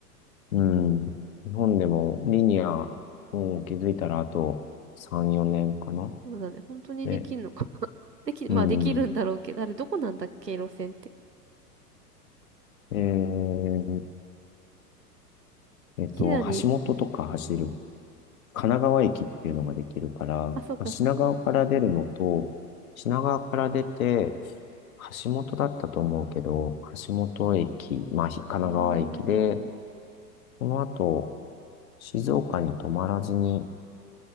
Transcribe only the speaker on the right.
そうだね。本当にできんのかな。
<laughs> でき、まあできるんだろうけど、
あれどこなんだっけ、路線って。
うちらに
あ、そっかそっか。
うーん。